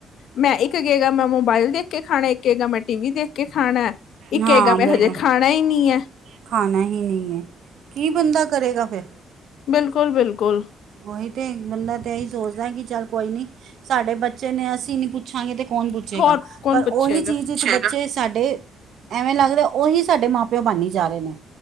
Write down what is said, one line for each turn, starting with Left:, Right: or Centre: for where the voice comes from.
Left: ਮੈਂ ਇੱਕ ਕਿਹ ਗਾ ਮੈਂ ਮੋਬਾਇਲ ਦੇਖ ਕੇ ਖਾਣਾ ਇੱਕ ਕਿਹ ਗਿ ਮੈਂ ਟੀ ਵੀ ਦੇਖ ਕੇ ਖਾਣਾ ਐ। ਇੱਕੇ
Right: ਹਾਂ
Left: ਕਿਹ ਗਾ
Right: ਬਿਲਕੁਲ
Left: ਮੈਂ ਹਜੇ ਖਾਣਾ ਹੀ ਨੀ ਐ।
Right: ਖਾਣਾ ਹੀ ਨੀ ਐ, ਕੀ ਬੰਦਾ ਕਰੇਗਾ ਫਿਰ
Left: ਬਿਲਕੁਲ ਬਿਲਕੁਲ।
Right: ਉਹੀ ਤੇ ਬੰਦਾ ਤਾਂ ਇਹੀ ਸੋਚਦਾ ਕਿ ਚੱਲ ਕੋਈ ਨੀ ਸਾਡੇ ਬੱਚੇ ਨੇ ਅਸੀਂ ਨੀ ਪੁੱਛਾਂਗੇ ਤੇ ਕੌਣ ਪੁੱਛੇਗਾ।
Left: ਹੋਰ ਕੌਣ
Right: ਪਰ
Left: ਪੁੱਛੇਗਾ
Right: ਉਹੀ ਚੀਜ਼ ਬੱਚੇ ਸਾਡੇ ਐਵੇਂ ਲੱਗਦਾ ਉਹੀ ਸਾਡੇ ਮਾਂ ਪਿਓ ਬਨੀ ਜਾ ਰਿਹ ਨੇ